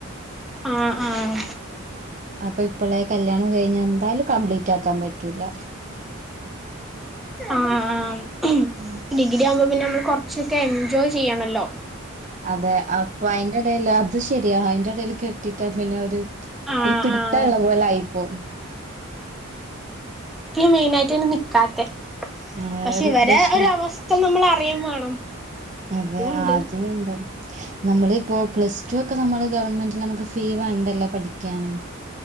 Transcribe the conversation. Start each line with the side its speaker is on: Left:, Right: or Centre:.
Centre: ആഹ് ആഹ്
Right: അപ്പൊ ഇപ്പളെ കല്യാണം കഴിഞ്ഞ എന്താലും കംപ്ലീറ്റ് ആക്കാൻ പറ്റൂല
Centre: ആഹ് ആഹ്
Right: ആഹ്
Centre: ഡിഗ്രി ആകുമ്പോ പിന്നെ നമ്മൾ കുറച്ചൊക്കെ എൻജോയ് ചെയ്യണല്ലോ
Right: അതെ അപ്പൊ അയ്ന്റെ ഇടൽ അത് ശരിയാ അതിന്റെ ഇടൽ കെട്ടിട്ടാ പിന്നെ ഒരു
Centre: ആഹ്
Right: ഒരു പിടിത്ത
Centre: ആഹ്
Right: ഇള്ള പോലെ ആയിപ്പോവും
Centre: മെയിനയിട്ടാണ് നിക്കാത്ത
Right: ആ
Centre: പക്ഷെ
Right: ഒരു
Centre: ഇവരെ
Right: പ്രശ്നം
Centre: ഒര അവസ്ഥ നമ്മൾ അറിയും വേണം
Right: അതെ
Centre: അതുണ്ട്
Right: അതും ഇണ്ട്
Centre: ഉം
Right: നമ്മളിപ്പോ പ്ലസ് ടു ഒക്കെ നമ്മള് ഗവൺമെന്റ നമുക്ക് ഫീ വേണ്ടല്ലോ പഠിക്കാന്